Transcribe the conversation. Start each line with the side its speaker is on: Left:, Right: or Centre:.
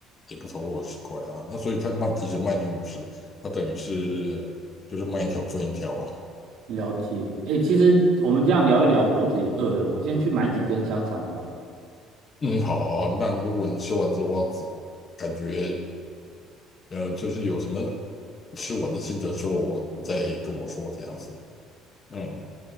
Left: 也不超过十块啊。那所以他卖，即使卖你五十，他等于是就是卖一条赚一条啊。
Right: 了解。哎，其实我们这样聊一聊，肚子也饿了，我先去买几根香肠好了。
Left: 嗯，好啊，那如果你吃完之后，感觉呃，就是有什么吃完的心得之后，我你再跟我说这样子。嗯。